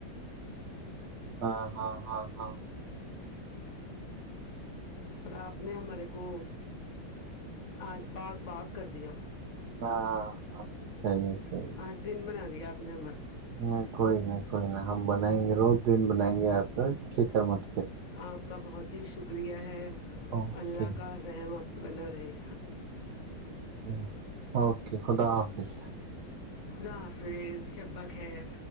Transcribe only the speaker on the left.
پر آپ نے ہمارے کو آج باغ باغ کر دیا
آج دن بنا آپ نے
آپ کا بہت ہی شکریہ ہے
اللہ کا رحمت ب ن رہی
خدا حافظ شبہ خیر